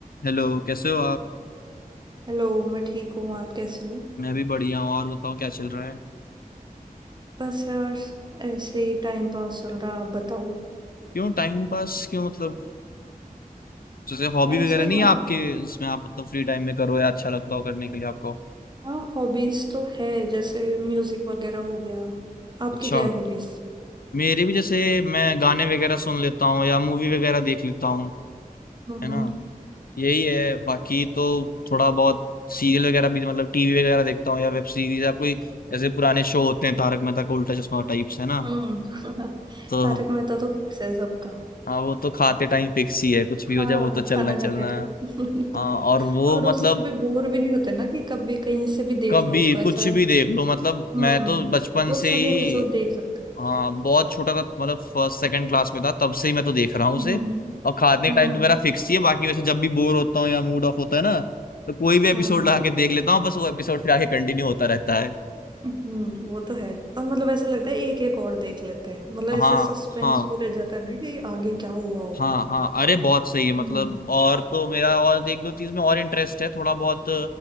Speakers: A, on the left; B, on the right.
A: Hello कैसे हो आप
B: Hello मैं ठीक हूँ आप कैसे हो
A: मैं भी बढ़िया हूँ और बताओ क्या चल रहा है
B: बस यार ऐसे ही टाइम पास चल रहा है आप बताओ
A: क्यों टाइम पास क्यों मतलब जैसे हॉबी
B: ऐसे
A: वगैरह
B: ही
A: नहीं
B: मतलब
A: है आपके जिसमें आप मतलब फ्री टाइम में करो या अच्छा लगता हो करने के लिए आपको
B: हाँ हॉबीज तो है जैसे म्यूजिक वगैरह हो गया आपकी
A: अच्छा
B: क्या है हॉबीज
A: मेरे भी जैसे मैं गाने वगैरह सुन लेता हूँ या मूवी वगैरह देख लेता हूँ
B: हम्म
A: है ना यही है बाकी तो थोड़ा बहुत सीरियल वगैरह भी मतलब टीवी वगैरह देखता हूँ या वेब सीरीज या कोई जैसे पुराने शो होते हैं तारक मेहता का उल्टा चश्मा टाइप्स है ना
B: हम्म <laughs>
A: तो
B: तारक मेहता तो फिक्स है सबका
A: हाँ वो तो खाते टाइम फिक्स ही है कुछ
B: हाँ
A: भी हो जाए वो तो चलना
B: खाना
A: ही चलना
B: खाते टाइम
A: है हाँ और
B: <laughs>
A: वो
B: और उससे
A: मतलब
B: कभी बोर भी नहीं होते ना कि कभी कहीं से भी देख
A: कभी
B: लो उसको ऐसा
A: कुछ भी देख लो मतलब
B: हम्म
A: मैं तो बचपन
B: वो
A: से
B: ऐसा
A: ही
B: भी एपिसोड देख सकते हैं
A: हाँ बहुत छोटा था मतलब फर्स्ट सेकंड क्लास में था तब से ही मैं तो देख रहा हूँ
B: हम्म
A: उसे और खाने का
B: हम्म
A: टाइम तो मेरा फिक्स ही है बाकी वैसे जब भी बोर होता हूँ या मूड ऑफ होता है ना तो कोई भी एपिसोड
B: <laughs> हाँ
A: लगा के देख लेता हूँ बस वो एपिसोड फिर आगे कंटिन्यू होता रहता है
B: हम्म वो तो है और मतलब ऐसा लगता है एक एक और देख लेते हैं मतलब
A: हाँ
B: ऐसे सस्पेंस
A: हाँ
B: भी रह जाता है ना कि आगे क्या हुआ होगा
A: हाँ हाँ अरे बहुत सही है मतलब
B: हम्म
A: और तो मेरा और एक दो चीज में और इंटरेस्ट है थोड़ा बहुत